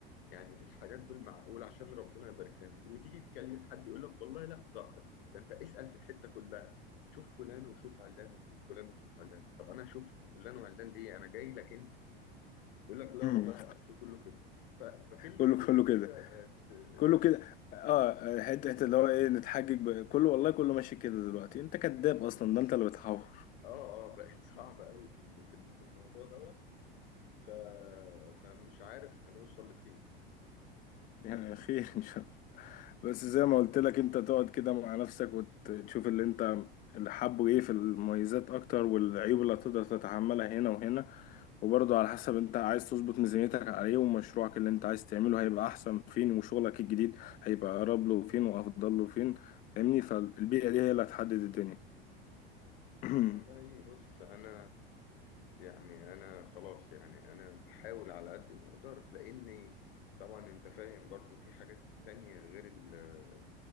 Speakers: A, on the left; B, on the left.
A: يعني الحاجات بالمعقول عشان ربنا يبارك لنا وتيجي تكلم حد يقول لك والله لا ده ده انت اسال في الحته كلها شوف فلان وشوف علان وشوف فلان وشوف علان طب انا اشوف فلان وعلان ليه انا جاي لك انت يقول لك لا
B: <laughs>
A: والله
B: مم.
A: اصل كله كده ف- فكلمه
B: كله
A: كله
B: كله كده
A: كده بقت
B: كله
A: بقت
B: كده اه حتة حتة اللي هو ايه نتحجج ب... كله والله كله ماشي كده دلوقتي انت كذاب اصلا ده انت اللي بتحور
A: اه اه بقت صعبه قوي في ال- في ال- في الموضوع دوت ف فمش عارف هنوصل لفين
B: يعني خير <laughs> بس زي ما قلت لك انت تقعد كده مع نفسك وتشوف اللي انت اللي حابه ايه في المميزات اكتر والعيوب اللي هتقدر تتحملها هنا وهنا وبرضه على حسب انت عايز تظبط ميزانيتك على ايه ومشروعك اللي انت عايز تعمله هيبقى احسن فين وشغلك الجديد هيبقى اقرب له فين وافضل له فين فاهمني فالبيئة دي هي اللي هتحدد الدنيا <clears throat>
A: والله بص انا يعني انا خلاص يعني انا بحاول على قد ما اقدر لاني طبعا انت فاهم برضو في حاجات تانية غير ال-